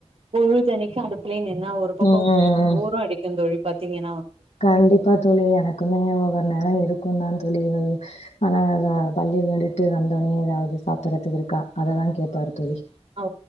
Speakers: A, on the right (about 55°); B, on the left (about 85°).
A: பொழுதனிக்கு அடுப்புலெ நின்னா ஒரு பக்கம்
B: ம் ம் ம்
A: போரும் அடிக்கும் தோழி பாத்தீங்கனா
B: கண்டிப்பா தோழி எனக்குமே ஒவ்வொரு நேரம் இருக் கும் தான் தோழி அது ஆனால்
A: ம்
B: பள்ளியை விட்டு வந் வந்தொடனே ஏதாவது சாப்பிடறதுக்கு இருக்கா அத தான் கேட்பாரு தோழி
A: ஓ